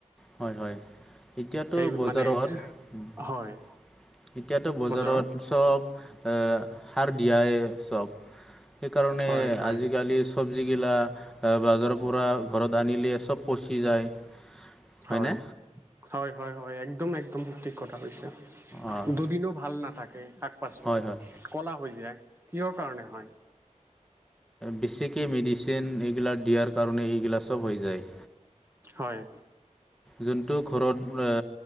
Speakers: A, in the centre; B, on the right.
A: হয় হয়। এতিয়াতো
B: সেই
A: বজাৰত
B: মানে হয়
A: এতিয়াতো বজাৰত
B: বজাৰৰ
A: চব সাৰ দিয়াই চব সেইকাৰণে
B: হয় হয়
A: আজিকালি চবজি গিলা বজাৰৰ পৰা ঘৰত আনিলে চব পচি যায়। হয়নে?
B: হয় হয় হয় হয় একদম একদম সঠিক কথা হৈছে।
A: অ',
B: দুদিনো ভাল নাথাকে শাক পাচলি
A: হয়, হয়,
B: কলা হৈ যায়। কিয়ৰ কাৰণে হয়?
A: বেছিকৈ মেডিচিন এইগিলাক দিয়াৰ কাৰণে এইগিলা চব হৈ যায়।
B: হয়।
A: যোনটো ঘৰত